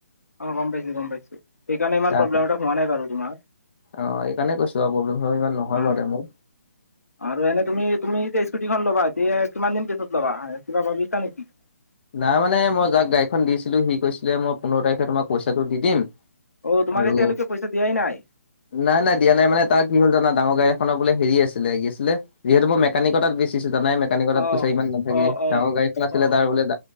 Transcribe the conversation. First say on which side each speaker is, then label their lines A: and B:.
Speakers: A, on the left (about 75°); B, on the left (about 45°).
A: অ গম পাইছোঁ, গম পাইছোঁ, সেইকাৰণে ইমান
B: তাক
A: প্ৰব্লেম এটা হোৱা নাই বাৰু তোমাৰ।
B: অ এই কাৰণে কৈছো আৰু প্ৰব্লেম বাৰু ইমান নহয়
A: অ
B: বাৰু দে মোৰ।
A: আৰু এনে তুমি তুমি যে স্কুটিখন ল'বা, এতিয়া কিমান দিন পিছত ল'বা কিবা ভাবিছা নেকি?
B: নাই মানে মই যাক গাড়ীখন দিছিলোঁ, সি কৈছিলে - মই পোন্ধৰ তাৰিখে তোমাক পইচাটো দি দিম।
A: অ', তোমাক
B: আৰু
A: এতিয়ালৈকে পইচা দিয়াই নাই।
B: নাই, নাই, দিয়া নাই মানে, তাৰ কি হ'ল জানা- ডাঙৰ গাড়ী এখনৰ বোলে হেৰি আছিলে, কি আছিলে যিহেতু মই মেকানিকৰ তাত বেচিছো, জানাই মেকানিকৰ তাত
A: অ
B: পইচা ইমান নাথাকে।
A: অ অ
B: ডাঙৰ গাড়ীখন আছিলে
A: অ
B: তাৰ বোলে